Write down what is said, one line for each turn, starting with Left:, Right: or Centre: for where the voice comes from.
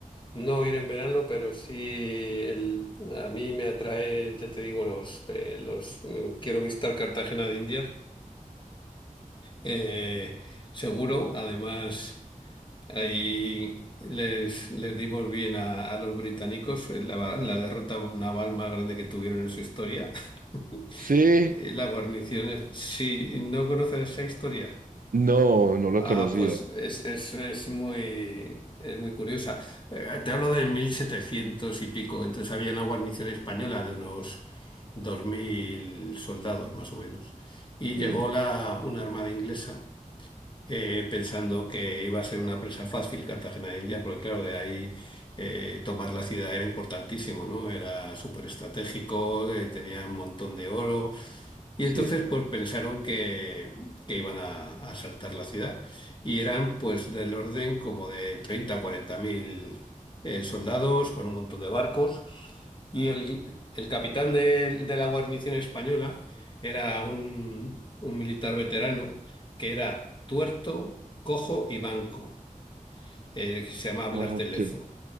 Left: No ir en verano, pero sí el, a mí me atrae, ya te digo, los, eh, los mm, quiero visitar Cartagena de Indias, eh, seguro. Además, ahí les, les dimos bien a, a los británicos eh, la, va- la derrota naval más grande que tuvieron en su historia. <laughs>
Right: Sí,
Left: Eh, La guarnición, es- si no conoces esa historia.
Right: no, no lo
Left: Ah,
Right: conocía.
Left: pues es, es, es muy, es muy curiosa. Eh, Te hablo de 1700 y pico, entonces había una guarnición española de unos 2000 soldados más o menos. Y
Right: Sí,
Left: llegó la, una armada inglesa eh, pensando que iba a ser una presa fácil Cartagena de Indias, porque claro, de ahí eh, tomar la ciudad era importantísimo, ¿no? Era súper estratégico, eh, tenía un montón de oro. Y
Right: sí.
Left: entonces pues pensaron que, que iban a, a asaltar la ciudad y eran pues del orden como de 30 a 40 mil eh, soldados con un montón de barcos y el, el capitán de, de la guarnición española era un, un militar veterano que era tuerto, cojo y manco, eh, que se llamaba Blas
Right: Ok,
Left: de Lezo.